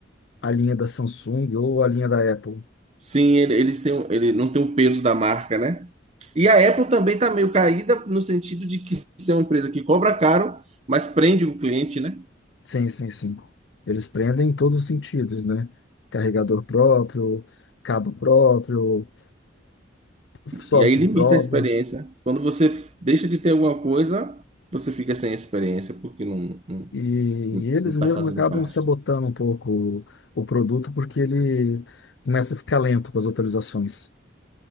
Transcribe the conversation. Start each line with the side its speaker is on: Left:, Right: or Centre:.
Left: a linha da Samsung ou a linha da Apple.
Right: Sim, ele, eles têm, um- ele não tem o peso da marca, né? E a Apple também está meio caída no sentido de que ser uma empresa que cobra caro, mas prende o cliente, né?
Left: Sim, sim, sim. Eles prendem em todos os sentidos, né? Carregador próprio, cabo próprio, software
Right: E aí limita
Left: próprio.
Right: a experiência. Quando você f- deixa de ter alguma coisa, você fica sem a experiência, porque não, não,
Left: E eles
Right: não está
Left: mesmos
Right: fazendo
Left: acabam
Right: parte
Left: sabotando
Right: disso.
Left: um pouco o, o produto porque ele começa a ficar lento com as atualizações.